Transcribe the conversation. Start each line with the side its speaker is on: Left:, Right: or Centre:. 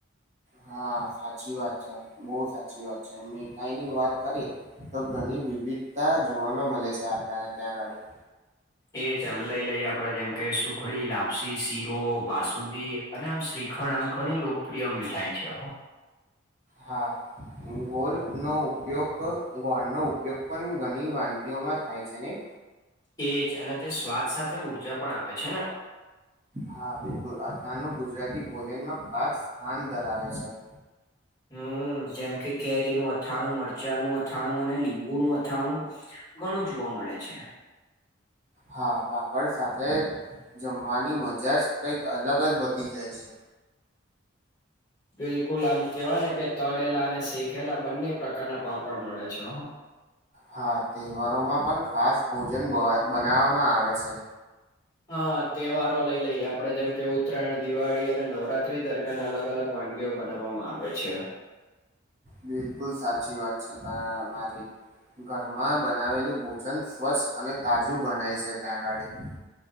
Right: હા સાચી વાત છે બહ સાચી વાત છે મીઠાઈ ની વાત કરી. તો ઘણી વિવિધતા જોવાવામાં મળે છે આપણને ત્યાં આગાડી-
Left: એ જમ લઈ લઈએ આપડે જેમ કે સુખડી, લાપસી, શીરો તો બાસુદી અને આમ શ્રીખંડ આમ ઘણી લોકપ્રિય મીઠાઈ છે.
Right: હા ગોળનો ઉપયોગ કર. ગોળનો ઉપયોગ પણ ઘણી વાનગીઓમાં થાય છે નહી?
Left: એજ અને તે સ્વાદ સાથે ઉર્જા પણ આપે છે ને
Right: હા બિલકુલ અથાણું ગુજરાતી ભોજનમાં ખાસ સ્થાન ધરાવે છે.
Left: હમ જેમ કે કેરીનું અથાણું, મરચાંનું અથાણું અને લીંબુનું અથાણું ઘણું જોવા મળે છે
Right: હા પાપડ સાથે જમવાની મજા જ કંઈક અલગ જ વધી જાય છે
Left: બિલકુલ આમ કેવાય ને કે તળેલા અને શેખેલા બંને પ્રકારના પાપડ મળે છે
Right: હા તહેવારોમાં પણ ખાસ ભોજન બ બનાવવામાં આવે છે
Left: હા તહેવારો લઈ લઈએ આપડે જેમ કે ઉત્તરાયણ દિવાળી અને નવરાત્રી દરમિયાન અલગ અલગ વાનગીઓ બનાવવામાં આવે છે
Right: બિલકુલ સાચી વાત છે ત મારી ઘરમાં બનાવેલું ભોજન સ્વચ્છ અને તાજું ગણાય છે ત્યાંગાળી